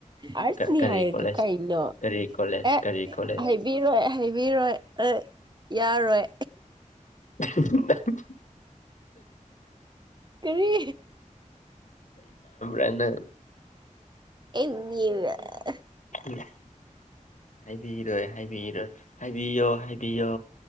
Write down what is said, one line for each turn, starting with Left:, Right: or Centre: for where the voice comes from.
Right: ꯑꯔꯁꯅꯤ
Left: ꯀ- ꯀꯔꯤ
Right: ꯍꯥꯏꯔꯗ
Left: ꯀꯣꯂꯦꯖ
Right: ꯀꯩꯅꯣ
Left: ꯀꯔꯤ ꯀꯣꯂꯦꯖ
Right: ꯑꯦ
Left: ꯀꯔꯤ ꯀꯣꯂꯦꯖ
Right: ꯍꯩꯕꯤꯔꯣꯏ ꯍꯩꯕꯤꯔꯣꯏ ꯑꯦ ꯌꯥꯔꯣꯏ
Left: <unintelligible>
Right: ꯀꯔꯤ
Left: ꯑꯩꯅꯪ
Right: <unintelligible>
Left: ꯎꯝ ꯍꯥꯏꯕꯤꯔꯣꯏ ꯍꯥꯏꯕꯤꯔꯣꯏ ꯍꯥꯏꯕꯤꯌꯣ ꯍꯥꯏꯕꯤꯌꯣ